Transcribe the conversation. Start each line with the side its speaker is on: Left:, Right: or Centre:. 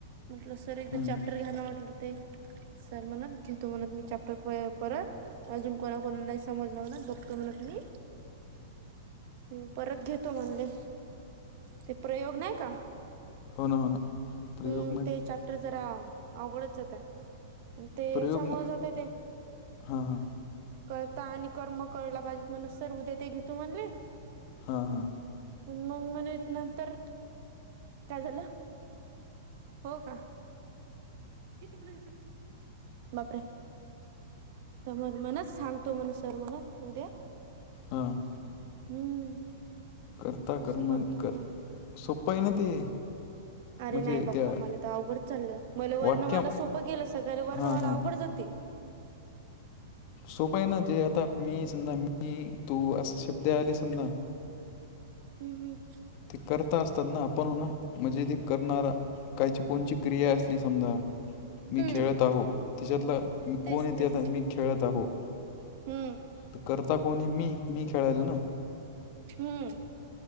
Right: म्हटलं सर एकदा
Left: हम्म.
Right: चॅप्टर घ्या ना म्हटलं. ते सर म्हणत घेतो म्हणत मी चॅप्टर परत अजून कोणा कोणा नाही समजला म्हणत बघत म्हणत मी ह् परत घेतो म्हणले ते प्रयोग नाही का.
Left: हां हां
Right: हम्म
Left: प्रयोग
Right: ते चॅप्टर जरा अवघडच जात आहे. ते
Left: प्रयोग
Right: हेच्यामुळ
Left: म-
Right: जाते ते
Left: हां हां
Right: कर्ता आणि कर्म कळल पाहिजेत म्हण सर उद्या ते घेतो म्हणले.
Left: हां हां.
Right: मग म्हणे नंतर काय झालं हो का किती <unintelligible> बापरे! तर मग मनच सांगतो मण सर मला उद्या
Left: हां.
Right: हम्म.
Left: करता
Right: असं
Left: कर म
Right: करतो
Left: कर
Right: म्हणत
Left: सोप्पं आहे ना ते.
Right: अरे
Left: म्हणजे
Right: नाही बाप्पा
Left: त्या
Right: मला तर अवघड चाललं मला वर्ण
Left: वाक्या
Right: माला सोपं गेलं सकाळी वर्ण
Left: हां
Right: माला
Left: हां
Right: अवघड जाते?
Left: सोप आहे ना जे आता मी समजा मी तू असं शब्द आले समजा
Right: हम् हम्.
Left: ते करता असतात ना आपण हो ना मजे ते करणारा काहीची कोणची क्रिया असली समजा मी खेळत
Right: हम्म
Left: आहो त्याच्यातला मी
Right: तेच
Left: कोण येते
Right: तेच
Left: आता मी खेळत आहो
Right: हम्म
Left: तर करता कोणी मी मी खेळायल ना.
Right: हम्म.